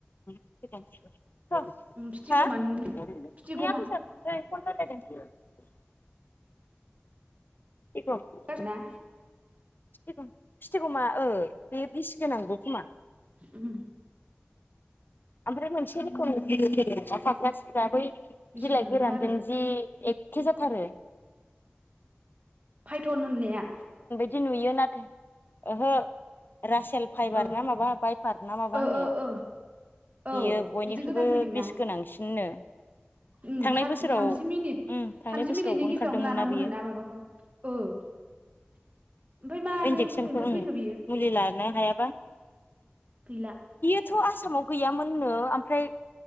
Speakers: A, on the left (about 55°); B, on the right (about 40°).
A: <unintelligible>
B: फिथिगमा
A: <unintelligible>
B: फिथिगमा
A: फितिगम फितिगम
B: ना
A: फितिगमा ओ बे बिसिगोनांबो खोमा?
B: उम
A: ओमफ्राय मोनसे रोखोम गेदेर गेदेरा फाख्रा सिख्रा बै
B: बिस
A: बिलाइ
B: गोनांथ'
A: गोरानजों
B: आरो
A: जि एखे जाथारो
B: डन होननाया
A: बिदि नुयो नाथाय ओहो रासेल फाइबार
B: औ
A: ना माबा बायफार ना माबा
B: ओ
A: होननाया,
B: ओ औ
A: बियो बयनिख्रुइबो
B: बिदि गोदान फैदोंना
A: बिस गोनांसिननो।
B: उम
A: थांनाय बोसोराव
B: थामजि
A: उम
B: मिनिट
A: थांनाय
B: थामजि
A: बोसोरावबो
B: मिनिटनि गेजेरावनो
A: ओंखारदोंमोन
B: लानांगौनो
A: बियो
B: ना माबाखौ, औ। ओमफ्राय मानो
A: इन्जेकसनखौ
B: मबेनिफ्राय
A: उम
B: फैखो बियो।
A: मुलि लानो हायाबा
B: गैला
A: बेथ' आसामाव गैयामोननो ओमफ्राय